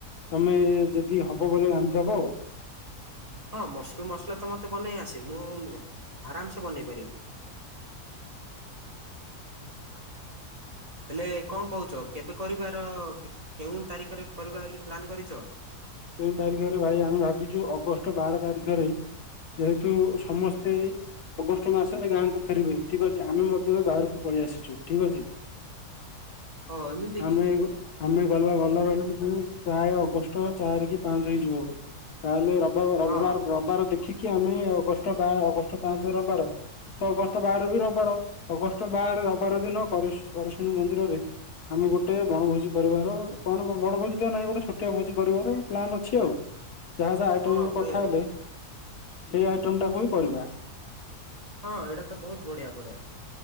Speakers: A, on the left (about 75°); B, on the right (about 25°).
A: ତମେ ଯଦି ହବ ବୋଲେ ରାନ୍ଧି ଦେବ?
B: ହଁ ମସରୁମ୍ ମସ୍‌ଲା ତ ମତେ ବନେଇ ଆସେ। ମୁଁ ଆରାମ୍‌ସେ ବନେଇ ପାରିବି। ହେଲେ କଣ କହୁଛ କେବେ କରିବାର କିଛି କେଉଁ ତାରିଖରେ କରିବା ବୋଲି ପ୍ଲାନ୍ କରିଛ?
A: କେଉଁ ତାରିଖରେ ଭାଇ ଆମେ ଭାବିଛୁ ଅଗଷ୍ଟ ବାର ତାରିଖରେ ଯେହେତୁ ସମସ୍ତେ ଅଗଷ୍ଟ ମାସ ହେଲେ ଗାଁ କୁ ଫେରିବି ଠିକ୍ ଅଛି ଆମେ ମଧ୍ୟ ବାହାରକୁ ପଳେଇ ଆସିଛୁ ଠିକ୍ ଅଛି।
B: ଓ ଏମିତି କି
A: ଆମେ ଗ ଆମେ ଗଲେ <unintelligible> ଘରକୁ ପ୍ରାୟ ଅଗଷ୍ଟ ଚାରି କି ପାଞ୍ଚ ହେଇଯିବ ତାହେଲେ ରବି ରବିବା
B: ହଁ ହଁ
A: ରବିବାର ଦେଖିକି କି ଆମେ ଅଗଷ୍ଟ ବା ଅଗଷ୍ଟ ପାଞ୍ଚ ରବିବାର। ତ ଅଗଷ୍ଟ ବାର ବି ରବିବାର ଅଗଷ୍ଟ ବାର ରବିବାର ଦିନ କରିଶୁ କରିଶୁନି ମନ୍ଦିରରେ ଆମେ ଗୋଟେ ବଣଭୋଜି କରିବାର କଣ ମୋ ବଣଭୋଜି ତ ନାହିଁ ଗୋଟେ ଛୋଟ ଭୋଜି କରିବାର ପ୍ଳାନ୍ ଅଛି ଆଉ ଯାହା ଯାହା ଆଇଟମ‌
B: ହଁ
A: କଥା
B: ଏ
A: ହେଲେ ସେଇ ଆଇଟମ୍‌ଟାକୁ ହିଁ କରିବା।
B: ହଁ ଏଇଟା ତ ବହୁତ ବଢ଼ିଆ ବଢ଼ିଆ।